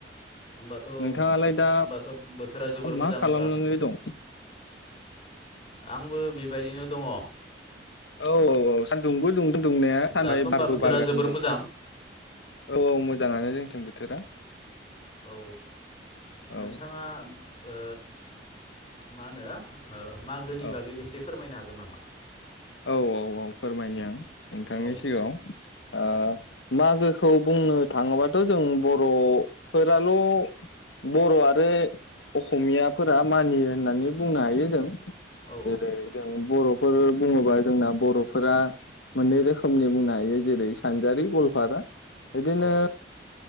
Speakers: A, on the left; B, on the left.
A: होमबाथ'
B: नोंथाङालाय दा
A: होमबाथ' बोथोरा जोबोर
B: मा
A: मोजां
B: खालामनानै
A: होनबा
B: दं?
A: आंबो बेबायदिनो दङ
B: औ औ औ सानदुंबो दुंदों दुंनाया <unintelligible>
A: दाथ' होमबा
B: बारबो
A: बोथोरा
B: बारगासिनो
A: जोबोर
B: दं
A: मोजां
B: औ औ मोजां मोजाङानो जोंथिं बोथोरा
A: औ
B: औ
A: नोंथाङा ओ मा होनो? मागोनि
B: औ
A: बागै एसे फोरमायनो हागोन नामा?
B: औ औ औ फोरमायनि आं नोंथांनि
A: औ
B: सिगाङाव ओ
A: औ
B: मागो खौ बुंनो थाङोबाथ जों बर'फोराल बर' आरो अखमियाफोरा मानियो होननानै बुंनो हायो जों।
A: औ
B: जैरै जों बर' फोर बुङोबा जोंना बर'फोरा मोननै रोखोमनि बुंनो हायो। जेरै सानजारि गलफारा बिदिनो
A: औ